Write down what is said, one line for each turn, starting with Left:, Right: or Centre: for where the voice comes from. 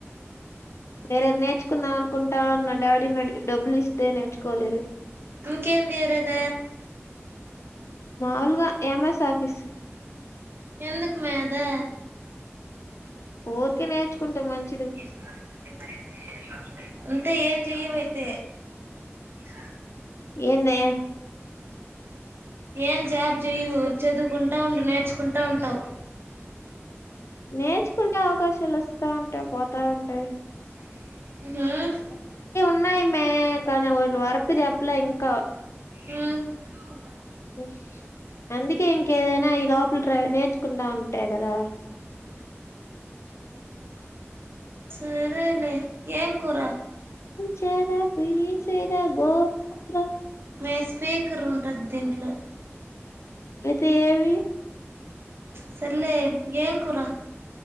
Left: వేరేది నేర్చుకుందాం అనుకుంటానా డాడీని అడిగి డబ్బులు ఇస్తే నేర్చుకోవాలి
Right: ఇంకేం దయరేద
Left: మాలుగా ఎంఎస్ ఆఫీస్
Right: ఎందుకు మే అది
Left: ఊరికే నేర్చుకుంటాం మంచి
Right: <unintelligible> అంతే ఏం జయవై తె ఈస
Left: ఏందే
Right: ఏం జాబ్ చేయువు, చదువుకుంటూ ఉండు నేర్చుకుంటూ ఉంటావు.
Left: నేర్చుకుంటే అవకాశాలు వస్తా ఉంటాయి. పోతా ఉంటాయి.
Right: ఆ
Left: ఉన్నాయిమ్మె కానీ వాళ్ళు వర్క్ చెప్పలే ఇంకా.
Right: మ్ <unintelligible>
Left: ఊ అందుకే ఇంకేదైనా ఈ లోపల ట్రై నేర్చుకుంటా ఉంటేయి కదా.
Right: సరలే ఏంకురా?
Left: చేద పొయ్యి చేదా గోవింద
Right: మే స్పీకర్ ఉంటది దీంట్లో.
Left: అయితే ఏవి
Right: సరలే ఏం కూర